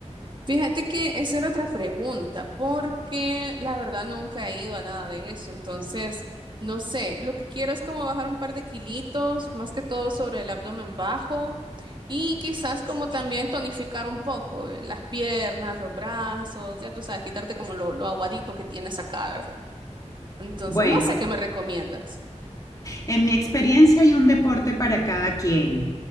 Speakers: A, on the right (about 40°); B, on the left (about 30°).
A: Fíjate que esa era otra pregunta, porque la verdad nunca he ido a nada de eso, entonces no sé, lo que quiero es como bajar un par de kilitos, más que todo sobre el abdomen bajo y quizás como también tonificar un poco eh, las piernas, los brazos, ya tú sabes, quitarte como lo, lo aguadito que tienes acá, ¿verdad? Entonces,
B: Bueno,
A: no sé qué me recomiendas.
B: En mi experiencia hay un deporte para cada quien.